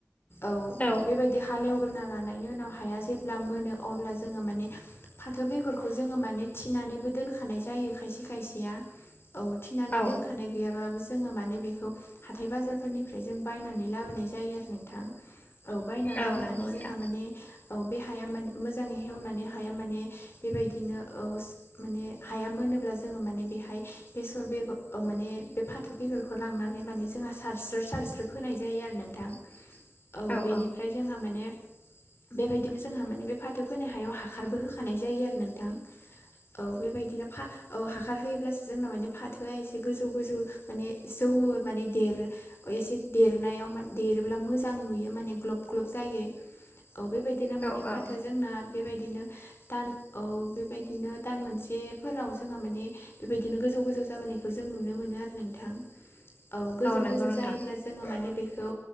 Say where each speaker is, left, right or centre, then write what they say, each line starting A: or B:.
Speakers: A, on the left (about 50°); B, on the left (about 30°).
A: औ।
B: औ।
A: बे हालेवग्रोना लानायनि उनाव हाया जेब्ला मोनो अब्ला जोङो माने फाथो बेगरखौ जोङो माने थिनानैबो दोनखानाय जायो खायसे खायसेया औ थिनानै
B: औ
A: दोनखानाय। गैयाबाबो जोङो माने बेखौ हाथाय बाजारफोरनिफ्राय जों बायनानै लाबोनाय जायो आरो नोंथां। औ बायना लाबोनानै
B: औ नंगौ नोंथां
A: जोंहा माने औ बे हाया माने मोजाङै हेवनानै हाया माने बेबायदिनो औज माने हाया मोनोब्ला जोङो माने बेहाय बेसर बेगर ओ माने बे फाथो बेगरखौ लांनानै माने जोंहा सारस्रो सारस्रो फोनाय जायो आरो नोंथां।
B: <inaudible>
A: औ बेनिफ्राय
B: औ
A: जोंहा माने बेबायदिनो जोंहा माने बे फाथो फोनाय हायाव हासारबो होखानाय जायो आरो नोंथां। औ बेबायदिनो फा औ हाखार होयोब्लासो जोंना माने फाथोआ एसे गोजौ गोजौ माने जौवो माने देरो। एसे देरनायाव देरोब्ला मोजां नुयो माने ग्लब ग्लब जायो औ बेबायदिनो माने
B: औ औ
A: फाथोआ जोंना बेबायदिनो दान औ बेबायदिनो दान मोनसेफोराव जोंहा माने बेबायदिनो गोजौ गोजौ जाबोनायखौ जों नुनो मोनो आरो नोंथां। औ गोजौ
B: नंगौ
A: गोजौ
B: नोंथां
A: जायोब्ला जोङो माने बेखौ